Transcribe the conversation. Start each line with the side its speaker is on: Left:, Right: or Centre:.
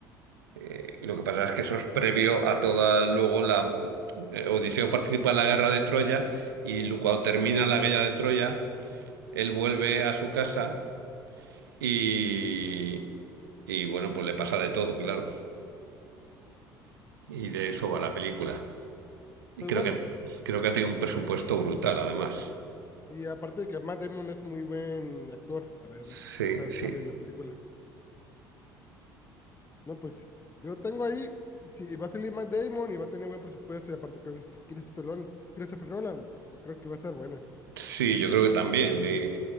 Right: Eh, lo que pasa es que eso es previo a toda luego la eh, Odiseo participa en la Guerra de Troya y lu- cuando termina la Guerra de Troya, él vuelve a su casa y y bueno, pues le pasa de todo, claro. Y de eso va la película. Y
Left: Pues
Right: creo
Left: bueno,
Right: que, creo que ha tenido un
Left: y,
Right: presupuesto brutal, además.
Left: y aparte de que Matt Damon es muy buen actor, a ver
Right: Sí,
Left: qué tal
Right: sí.
Left: sale la película. No, pues yo tengo ahí, si va a salir Matt Damon y va a tener buen presupuesto y aparte con Christopher Nolan, Christopher Nolan, yo creo que va a ser buena.
Right: Sí, yo creo que también. Y,